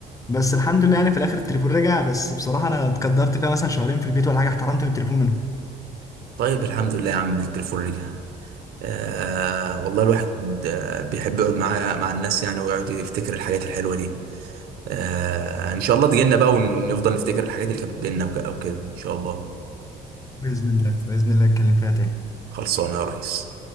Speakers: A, on the left; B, on the right.
A: بس الحمد لله يعني في الاخر التليفون رجع بس بصراحه انا اتقدرت فيها مثلا شهرين في البيت ولا حاجه احترمت من التليفون منهم
B: طيب الحمد لله يا عم إن التليفون رجع آه والله الواحد آه، بيحب يقعد معايا مع الناس يعني ويقعد يفتكر الحاجات الحلوه دي آه ان شاء الله تجينا بقى ونفضل
A: الحمد
B: نفتكر
A: لله.
B: الحاجات اللي كانت بينا وك- او كده ان شاء الله
A: باذن الله باذن الله اتكلم فيها تاني
B: خلصانه يا ريس